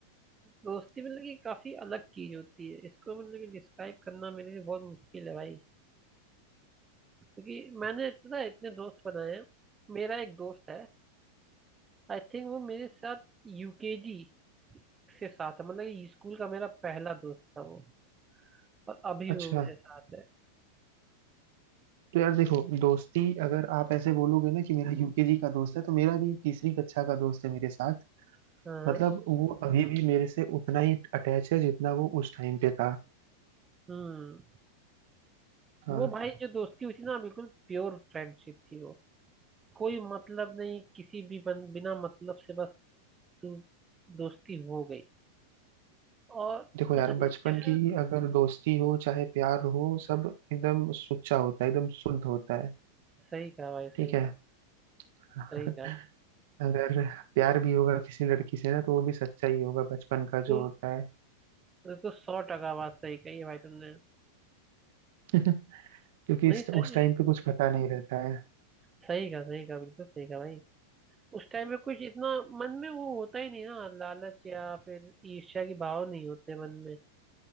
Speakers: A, on the right; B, on the right.
A: दोस्ती मतलब कि काफी अलग चीज होती है इसको मतलब कि डिस्क्राइब करना मेरे लिए बहुत मुश्किल है भाई क्योंकि मैंने पता है इतने दोस्त बनाए हैं मेरा एक दोस्त है आई थिंक वो मेरे साथ यूकेजी से साथ है मतलब कि स्कूल का मेरा पहला दोस्त था वो और अभी
B: अच्छा
A: वो मेरे साथ है
B: तो यार देखो दोस्ती अगर आप ऐसे बोलोगे ना कि मेरा यूकेजी का दोस्त है तो मेरा भी तीसरी कक्षा का दोस्त है मेरे साथ
A: हाँ
B: मतलब वो अभी भी मेरे से उतना ही अटैच है जितना वो उस टाइम पे था
A: हम्म
B: हाँ
A: वो भाई जो दोस्ती हुई थी ना बिल्कुल प्योर फ्रेंडशिप थी वो कोई मतलब नहीं किसी भी बन, बिना मतलब से बस तू दोस्ती हो गई और
B: देखो
A: पता
B: यार
A: नहीं
B: बचपन
A: क्या
B: की अगर दोस्ती हो चाहे प्यार हो सब एकदम सुच्चा होता है एकदम शुद्ध होता है
A: सही कहा भाई सही
B: ठीक है
A: कहा
B: <laughs>
A: सही कहा
B: अगर प्यार भी होगा किसी लड़की से ना तो वो भी सच्चा ही होगा बचपन
A: बिल्कुल
B: का जो होता है
A: ये तो सौ टका बात सही कही है भाई तुमने
B: <laughs> क्योंकि
A: नहीं
B: इस,
A: सही
B: उस टाइम
A: है
B: पे कुछ पता नहीं रहता है
A: सही कहा सही कहा बिल्कुल सही कहा भाई उस टाइम में कुछ इतना मन में वो होता ही नहीं ना लालच या फिर ईर्ष्या के भाव नहीं होते मन में